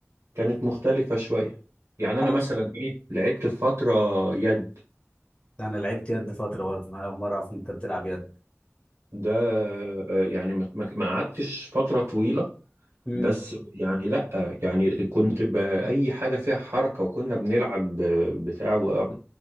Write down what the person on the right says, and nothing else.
كانت مختلفة شوية يعني أنا
مثلا إيه لعبت في فترة يد
ده آه، يعني ما ما- ما قعدتش فترة طويلة
بس يعني لأ يعني كنت بأي حاجة فيها حركة وكنا بنلعب آه، بتاع و-